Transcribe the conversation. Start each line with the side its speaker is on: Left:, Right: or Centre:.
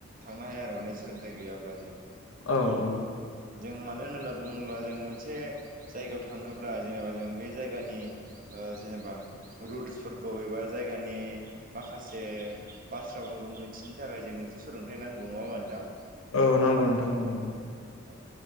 Right: थांनो हाया आरो माने सोलोंथाइ गैयाब्ला जों
Left: औ औ।
Right: जों मानो होन्ना बुङोब्ला जों मोनसे जायगायाव थाङोब्ला जेनेबा जों बे जायगानि जेनेबा रुल्सफोरखौ एबा जायगानि माखासे बाथ्राफोरखौ मोनथिनो थाखाय जोंनोथ' सोलोंथाइ नांगौ नङा होमबा नोंथां?
Left: औ नांगौ नोंथां औ औ।
Right: औ